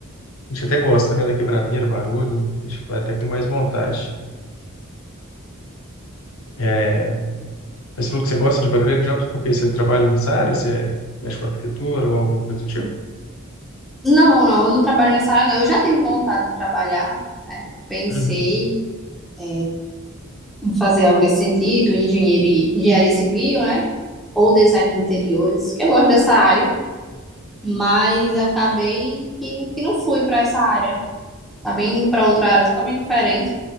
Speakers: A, on the left; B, in the centre.
A: A gente até gosta, né, da quebradeira, barulho, a gente vai até com mais vontade. É, Mas você falou que você gosta de barulho de jobs porque você trabalha nessa área, você mexe com arquitetura ou alguma coisa do tipo?
B: Não, não, eu não trabalho nessa área, não. Eu já tive vontade de trabalhar, né? Pensei,
A: Uhum.
B: é, em fazer algo nesse sentido, engenharia, engenharia civil, né? Ou design de interiores, que eu gosto dessa área. mas acabei que, que não fui para essa área. Acabei indo para outra área totalmente diferente.